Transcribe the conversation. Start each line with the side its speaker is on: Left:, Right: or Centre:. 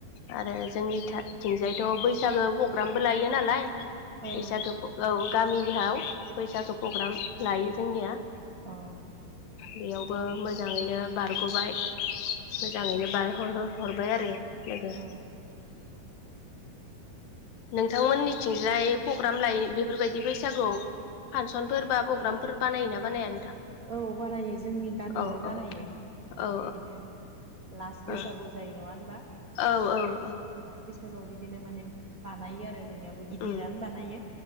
Left: आरो जोंनिथा थिंजायथ बै बैसागो प्रग्रामबो लायो नालाय
Right: औ
Left: बैसागो औ गामिनिहाव बैसागु प्रग्राम लायो जोंनिया
Right: अ
Left: बेयावबो मोजाङैनो बारग'बाय मोजाङैनो बारहरो हरबाय आरो लोगो
Right: औ
Left: नोंथांमोन मिथिंजाय प्रग्राम लायो बे बेफोरबायदि बैसागु फांसनफोर बा प्रग्रामफोर बानायोना बानाया नोंथां
Right: औ बानायो जोंनि गामियावनो
Left: औ
Right: बानायो
Left: औ
Right: माने
Left: औ
Right: बिदिनो लास्त बैसागु
Left: औ
Right: जायो नङा होनबा
Left: औ औ औ
Right: लास बैसागुआव बिदिनो माने बानायो आरो जोंनियाबो गिदिरनो
Left: उम
Right: बानायो